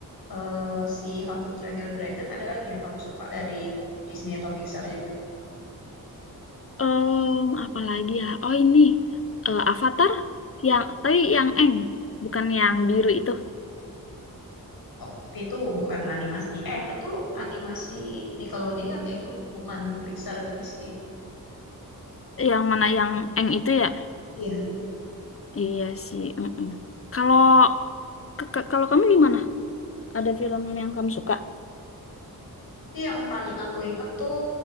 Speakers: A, on the left; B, on the left.
A: eh, si How to Train Your Dragon, ada lagi yang kamu suka dari Disney atau Pixar juga?
B: Em, apalagi ya? Oh ini eh, Avatar yang tapi yang Eng, bukan yang biru itu.
A: Oh, tapi itu bukan animasi. Eh, itu animasi Nickelodeon ya itu. Bukan Pixar atau Disney.
B: Yang mana yang Eng itu ya?
A: Iya.
B: Iya sih. mm-mm. Kalau ke- ke- kalau kamu gimana? Ada film yang kamu suka?
A: Tapi yang paling aku inget tuh